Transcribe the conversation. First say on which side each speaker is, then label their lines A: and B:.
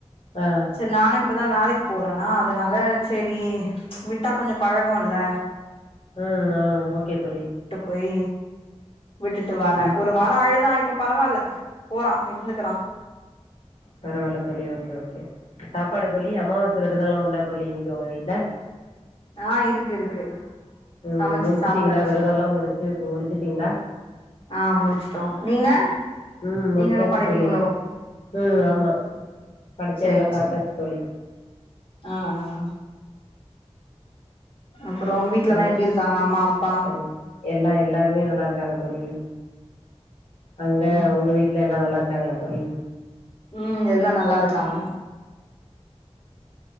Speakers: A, on the left (about 75°); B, on the left (about 55°).
A: ஆ
B: சேரி நானு இப்பதா வேலக்கி போறேனா அதனால சரி விட்டா கொஞ்சோ பழகும்ல்ல
A: ம் ஆ ஓகே தோழி
B: போய் விட்டுட்டு வரேன்
A: ம்
B: ஒரு வாரம் அழுதா இப்ப பரவால்ல போறா இருந்துக்குறா
A: பரவால்ல தோழி ஓகே ஓகே சாப்பாடு தோழி
B: ம்
A: அமாவாச வெர்த உண்டா தோலி இன்னிக்கு உங்க வீட்ல
B: ஆ இருக் இருக்கு
A: ம்
B: சமச்சு
A: முடிச்சுட்டீங்களா
B: சாப்ட்டாச்சு
A: விரதம் எல்லாம் முடிச்சு முடிச்சுட்டீங்களா
B: ஆ முடிச்சட்டோம் நீங்க
A: ம்
B: நீங்களு
A: முடிச்சாச்சு
B: படைப்பீங்களோ
A: தோழி ம் ஆமா படச்சி
B: சேரி
A: எல்லா சாப்டாச்சு
B: சேரி
A: தோழி
B: ஆ ஆ அப்புறோ வீட்லல்லா
A: எது
B: எப்டி இருக்காங்க அம்மா அப்பா
A: எல் எல்லா எல்லாருமே நல்லா இருக்காங் தோழி அங்க
B: ம்
A: உங்க வீட்ல எல்லா நல்லா இருக்காங்களா தோழி
B: ம் எல்லாம் நல்லா இருக்காங்க